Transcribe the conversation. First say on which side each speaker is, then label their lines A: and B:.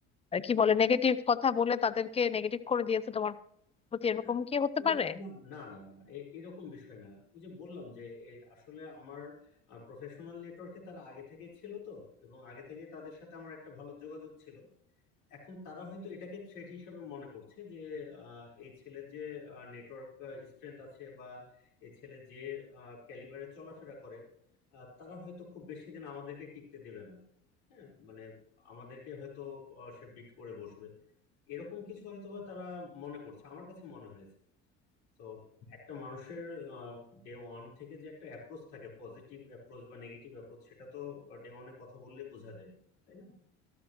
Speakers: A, on the left (about 15°); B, on the left (about 70°).
A: আহ, কি বলে নেগেটিভ কথা বলে তাদেরকে নেগেটিভ করে দিয়েছে তোমার প্রতি এরকম
B: না
A: কি হতে
B: না
A: পারে
B: না না না না, এ- এরকম বিষয় না ওই যে বললাম যে এ, আসলে আমার প্রফেশনাল নেটওয়ার্কে তারা আগে থেকে ছিল তো এবং আগে থেকে তাদের সাথে আমার একটা ভালো যোগাযোগ ছিল এখন তারা হয়তো এটাকে থ্রেট হিসেবে মনে করছে যে আহ, এই ছেলের যে নেটওয়ার্ক স্ট্রেংথ আছে বা এই ছেলে যে ক্যালিবারে চলাফেরা করে আহ, তারা হয়তো খুব বেশি দিন আমাদেরকে টিকতে দেবে না হ্যাঁ মানে আমাদেরকে হয়তো আহ, সে বিট করে বসবে এরকম কিছু হয়তোবা তারা মনে করছে আমার কাছে মনে হয়েছে তো একটা মানুষের ডে ওয়ান থেকে যে একটা অ্যাপ্রোচ থাকে পজিটিভ অ্যাপ্রোচ বা নেগেটিভ অ্যাপ্রোচ সেটা তো ডে ওয়ানে কথা বললেই বোঝা যায় তাই না